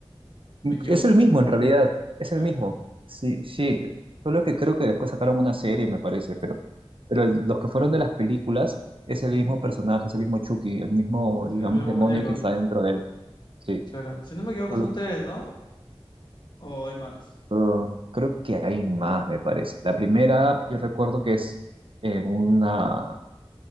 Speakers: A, on the left; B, on the right.
A: no me equivoco.
B: Es el mismo en realidad, es el
A: ¿Eh?
B: mismo. Sí, sí. Solo que creo que después sacaron una serie, me parece, pero, pero el- los que fueron de las películas es
A: Ujú.
B: el mismo personaje, es el mismo Chucky, el mismo, digamos,
A: El mismo
B: demonio
A: muñeco,
B: que está dentro de él. Sí.
A: claro. Si no me equivoco
B: Solo,
A: son tres, ¿no? ¿O hay más?
B: solo- creo que hay más, me parece. La primera, yo recuerdo que es en una,